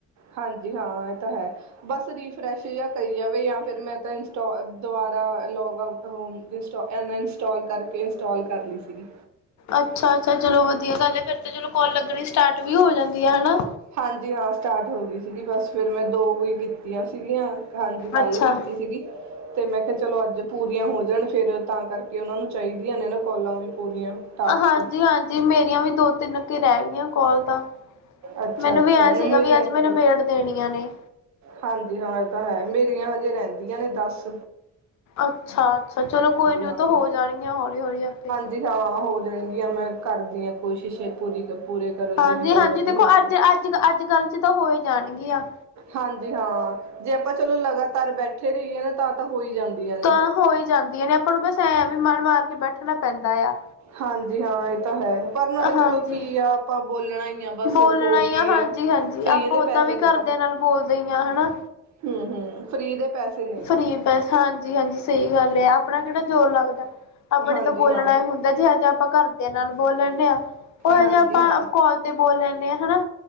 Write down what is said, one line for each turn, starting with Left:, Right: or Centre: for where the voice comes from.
Right: ਹਾਂਜੀ, ਹਾਂ ਇਹ ਤਾਂ ਹੈ, ਬਸ ਰੀਫਰੈਸ਼ ਜੇਹਾ ਕਰੀ ਜਾਵੇ ਯਾ ਫਿਰ ਮੈਂ ਤਾਂ ਇੰਸਟੋ ਦੁਬਾਰਾ ਲੌਗ ਆਊਟ ਹੋ, ਇੰਸਟੋ ਅਨਇੰਸਟਾਲ ਕਰਕੇ, ਇੰਸਟੋਲ ਕਰ ਲਈ ਸੀਗੀ।
Left: ਅੱਛਾ -ਅੱਛਾ, ਚਲੋ ਵਧੀਆ ਗੱਲ ਹੈ, ਫਿਰ ਤਾਂ ਚਲੋ ਕੋਲ ਲੱਗਣੀ ਸਟਾਰਟ ਵੀ ਹੋ ਜਾਂਦੀ ਹੈ, ਹਨਾ?
Right: ਹਾਂਜੀ ਹਾਂ ਸਟਾਰਟ ਹੋ ਗਈ ਸੀਗੀ, ਬਸ ਫਿਰ ਮੈਂ ਦੋ ਕੁ, ਈ ਕੀਤੀਆਂ ਸੀਗੀਆਂ ਹਾਂਜੀ, ਕੱਲ
Left: ਅੱਛਾ
Right: ਕੀਤੀ ਸੀਗੀ। ਤੇ ਮੈਂ ਕਿਹਾ ਚਲੋ, ਅੱਜ ਪੂਰੀਆਂ ਹੋ ਜਾਣ, ਫਿਰ ਤਾਂ ਕਰਕੇ ਉਹਨਾਂ ਨੂੰ ਚਾਹੀਦੀਆਂ ਨੇ ਨਾ ਕੋਲਾਂ ਵੀ ਪੂਰੀਆਂ। ਟਾਸਕ
Left: ਹਾਂਜੀ- ਹਾਂਜੀ ਮੇਰੀਆਂ ਵੀ ਦੋ ਤਿੰਨ ਕੇ ਰਹਿ ਗਈਆਂ, ਕੋਲ ਤਾਂ
Right: ਅੱਛਾ
Left: ਮੈਨੂੰ
Right: ਅੱਛਾ
Left: ਵੀ ਐਂ ਸੀਗਾ
Right: ਮੇਰੀਆਂ
Left: ਵੀ ਅੱਜ ਮੈਨੂੰ
Right: ਤਾਂ
Left: ਨੇ ਬੇੜ ਦੇਣੀਆਂ ਨੇ।
Right: ਹਾਂਜੀ ਹਾਂ, ਇਹ ਤਾਂ ਹੈ ਮੇਰੀਆਂ ਹਜੇ ਰਹਿੰਦੀਆਂ ਨੇ ਦੱਸ।
Left: ਅੱਛਾ -ਅੱਛਾ, ਚਲੋ ਕੋਈ ਨੀ
Right: ਹਾਂ
Left: ਉਹ ਤਾਂ ਹੋ ਜਾਣੀਆਂ ਹੌਲੀ- ਹੌਲੀ ਆਪੇ।
Right: ਹਾਂਜੀ ਹਾਂ, ਹੋ ਜਾਣਗੀਆਂ ਮੈਂ ਕਰਦੀਆ ਹਾਂ ਕੋਸ਼ਿਸ਼ ਪੂਰੀ ਤੇ ਪੂਰੇ- ਕਰਨ
Left: ਹਾਂਜੀ
Right: ਦੀ ਵੀ ਚਲੋ
Left: -ਹਾਂਜੀ
Right: ਵਧੀਆ
Left: ਦੇਖੋ
Right: ਹੋ ਜਾਵੇ
Left: ਅੱਜ -ਅੱਜ- ਅੱਜ ਕੱਲ ਚ ਤਾਂ ਹੋ ਹੀ ਜਾਣਗੀਆ।
Right: ਹਾਂਜੀ ਹਾਂ, ਜੇ ਆਪਾਂ ਚਲੋ ਲਗਾਤਾਰ ਬੈਠੇ ਰਹੀਏ ਨਾ ਤਾਂ- ਤਾਂ ਹੋ ਹੀ ਜਾਂਦੀਆਂ ਨੇ।
Left: ਤਾਂ ਹੋ ਹੀ ਜਾਂਦੀਆਂ ਨੇ, ਆਪਾਂ ਨੂੰ ਬਸ ਐਂ ਵੀ ਮਨ ਮਾਰ ਕੇ ਬੈਠਣਾ ਪੈਂਦਾ ਆ।
Right: ਹਾਂਜੀ ਹਾਂ, ਇਹ ਤਾਂ ਹੈ। ਪਰ ਨਾਲੇ
Left: ਹਾਂਜੀ।
Right: ਚਲੋ ਕੀ ਆ? ਆਪਾਂ ਬੋਲਣਾ ਹੀ ਆ ਬਸ
Left: ਬੋਲਣਾ
Right: ਹੋਰ
Left: ਹੀ
Right: ਕੀ
Left: ਆ ਹਾਂਜੀ-ਹਾਂਜੀ
Right: ਹੈ, ਫਰੀ
Left: ਆਪਾਂ
Right: ਦੇ
Left: ਓਦਾਂ
Right: ਪੈਸੇ
Left: ਵੀ
Right: ਨੇ
Left: ਘਰਦਿਆਂ
Right: ਇਹ ਤਾਂ।
Left: ਨਾਲ ਬੋਲਦੇ ਹੀ ਆ ਹਨਾ?
Right: ਹੂੰ- ਹੂੰ, ਫਰੀ ਦੇ ਪੈਸੇ ਨੇ
Left: ਫਰੀ
Right: ਤਾਂ
Left: ਪੈਸਾ ਹਾਂਜੀ-ਹਾਂਜੀ ਸਈ ਗੱਲ ਐ ਆਪਣਾ ਕੇੜਾ ਜ਼ੋਰ ਲੱਗਦਾ, ਆਪਾਂ
Right: ਹਾਂਜੀ
Left: ਨੇ ਤਾਂ ਬੋਲਣਾ
Right: ਹਾਂ
Left: ਈ ਹੁੰ ਦਾ ਜਿਹਾ ਜਾ ਆਪਾਂ ਘਰਦੇਆਂ ਨਾਲ ਬੋਲ ਲੈਨੇ ਆਂ ਓਹੇ
Right: ਹਾਂਜੀ
Left: ਜਿਆ ਆਪਾਂ
Right: ਹਾਂ
Left: ਕੋਲ ਤੇ ਬੋਲ ਲੈਨੇ ਆਂ ਹਨਾ।